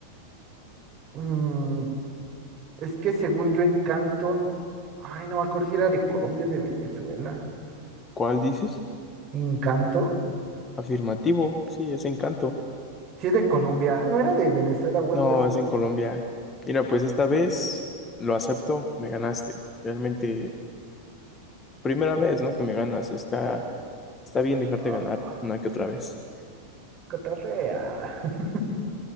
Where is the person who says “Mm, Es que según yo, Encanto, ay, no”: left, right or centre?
Right